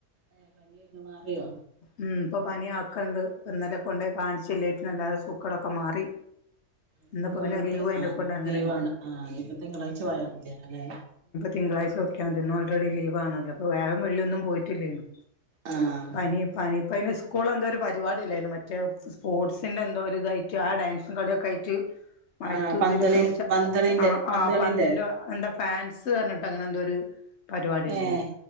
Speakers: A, on the right; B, on the left.
A: ഏഹ് പനിയൊ മാറിയോ
B: ഉം ഇപ്പൊ പനിയ ആക്കണ്ട് ഇന്നലെകൊണ്ട് കാണിച്ചല്ലേട്ട് എല്ലാ സൂക്കടൊക്കെ മാറി
A: ഇന്ന്
B: എന്നപ്പോ
A: പോയിട്ട്
B: പിന്നെ ലീവ് അയിനെക്കെണ്ട്
A: ആഹ് ഇന്ന്
B: അങ്ങനെ
A: ലീവാണ് ആഹ് ഇനിയിപ്പോ തിങ്കളാഴ്ച പോയാൽ മതിയല്ലോ അല്ലേ
B: തിങ്കളാഴ് നോക്ക്യാമതി ന്ന് ഓൾ റെഡി ലീവണല്ലോ അപ്പോ വാഴം വള്ളിയൊന്നും പോയിട്ടില്ലായ്ന്
A: ആഹ്
B: പനി പനി അയിന് സ്കൂലെന്തോരു പരിപാടി ഇല്ലായിനോ മറ്റേ സ്പോട്സിൻ്റെ എന്തോരിതായിട്ട് ആ ഡാൻസ് കളിയൊക്കെ ആയിറ്റ് മറ്റുതിനക്കൊൻവെച്ച
A: ആഹ് പന്തളി പന്തളിന്റെ
B: ആ
A: പന്തളിന്റെ
B: ആ പന്തിന്റെ എന്താ ഫാൻസ്ന്ന്പർ അങ്ങനെന്തോരു പരിപാടില്ലേനു
A: ഏഹ്